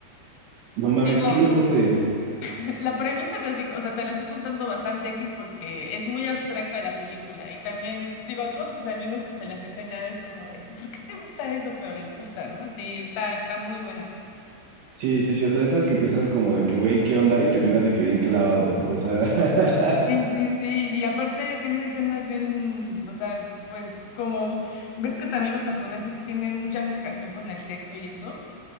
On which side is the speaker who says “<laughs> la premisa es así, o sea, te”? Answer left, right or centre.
Left